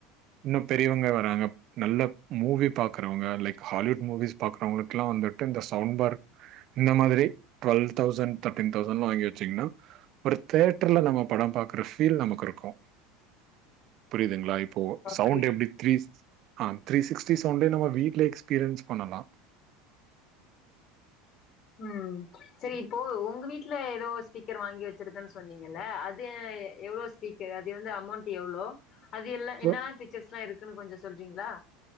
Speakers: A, on the right; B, on the left.
A: இன்னு பெரியவங்களே வராங்க நல்ல மூவி பாக்குறவங்க லைக் ஹாலிவுட் மூவிஸ் பாக்குறவங்களுக்கு எல்லாம் வந்துட்டு இந்த சவுண்ட்பார் இந்த மாதிரி டுவெல்வ் தௌசண்ட் தர்ட்டீன் தௌசண்ட்ல வாங்கி வச்சீங்கன்னா ஒரு தேட்டர்ல நம்ம படம் பாக்கற ஃபீல் நமக்கிருக்கு புரிதுங்களா இப்போ
B: ம்.
A: சவுண்ட் எப்டி த்ரீஸ் ஆ த்ரீ சிக்ஸ்டி சவுண்டே நம்ம வீட்ல எக்ஸ்பீரியன்ஸ் பண்ணலா
B: ம் சரி இப்போ உங்க வீட்ல ஏதோ ஒரு ஸ்பீக்கர் வாங்கி வச்சிருக்குன்னு சொன்னீங்கல்ல அது எவ்ளோ ஸ்பீக்கர் அது வந்து அமௌண்ட் எவ்ளோ அது எல்லா‌
A: சோ,
B: என்னல்லா ஃபீச்சர்ஸ்ல்லா இருக்குன்னு கொஞ்சோ சொல்றீங்களா